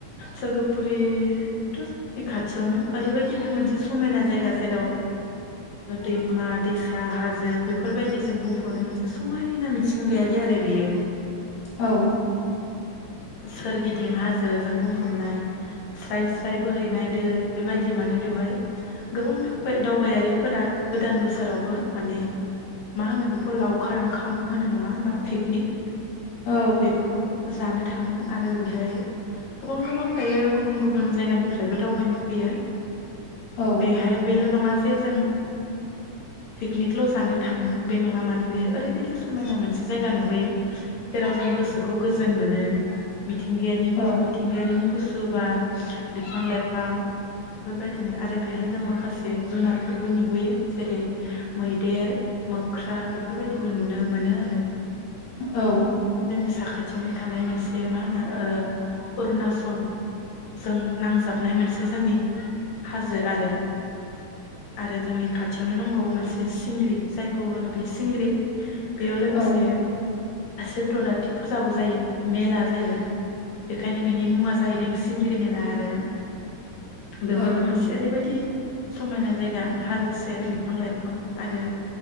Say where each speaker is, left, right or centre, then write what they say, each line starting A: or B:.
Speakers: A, on the left (about 65°); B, on the left (about 90°).
A: सोरगोफुरियाथ' जोंनि खाथियावनो, ओरैबायदि बे मोनसे समायना जायगा जेराव दैमा दैसा, हाजो बेफोरबायदि जों बुंफबनो मोनसे समायना मिथिंगायारि आरो बियो।
B: औ
A: सोरगिदिं हाजो जों बुंफबनाय स्राय स्राय बोहैनाय दै बेबायदि मानो बेवहाय गोबां दाव-दावबायारिफोरा गोदान बोसोरावबो माने मा होनो बेखौ लावखार ओंखाम होनो नङा होमबा पिकनिक
B: औ
A: बेखौ जानो थाङो आरो बेहाय गोबां गोबां दायो गुबुन गुबुन जायगानिफ्रायबो दावबायनो फैयो ।
B: औ
A: बेहाय बेल' नङा जे जों पिकनिकल' जानो थाङो बे नङा मानो बेहाय ओरैबायदि समायना मोनसे जायगा नुहैयो जेराव जों गोसोखौ गोजोन मोनो मिथिंगायनि
B: औ
A: मिथिंगायारिनि गुस बार बिफां लाइफां बेफोरबायदिनो आरो बेहाय जों माखासे जुनारफोरबो नुबोयो जेरै मैदेर मोख्रा बेफोरबायदिबो नुनो मोनो आरो ।
B: औ।
A: साखाथियावनो थानाय मोनसे जे मा होनो ओ अरुनाचल जों नांजाबनाय मोनसे जोंनि हाजो आरो । आरो जोंनि खाथियावनो दंबावो मोन से सिंग्रि जायखौ होनो बे सिंग्रि बेयाव लोगोसे
B: औ
A: ओ सिब्रराथि फुजाबो जायो मेला जायो बेखायनो बिनि मुङा जाहैदों सिंग्रि मेला आरो । बेवहायबो
B: औ
A: मोनसे ओरैबायदि समायना जायगा हाजो सेर बिफां लाइफ बिफां आरो